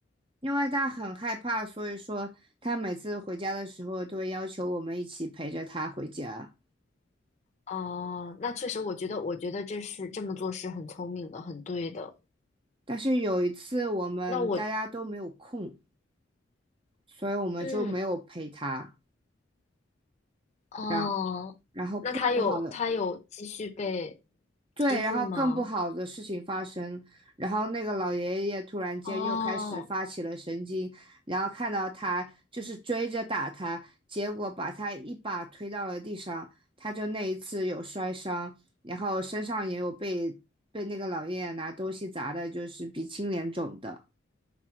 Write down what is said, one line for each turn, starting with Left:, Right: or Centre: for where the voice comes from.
Right: 因为他很害怕，所以说他每次回家的时候都会要求我们一起陪着他回家。
Left: 哦、那确实，我觉得，我觉得这是这么做是很聪明的，很对的。
Right: 但是有一次我们大家都没有空，
Left: 那我，
Right: 所以我们就没有陪他，
Left: 嗯，哦，
Right: 让然后更不好的。
Left: 那他有他有继续被
Right: 对，
Left: 欺负吗？
Right: 然后更不好的事情发生，然后那个老爷爷突然间又开始发起了神经，
Left: 哦，
Right: 然后看到他就是追着打他，结果把他一把推到了地上，他就那一次有摔伤，然后身上也有被被那个老爷爷拿东西砸的，就是鼻青脸肿的。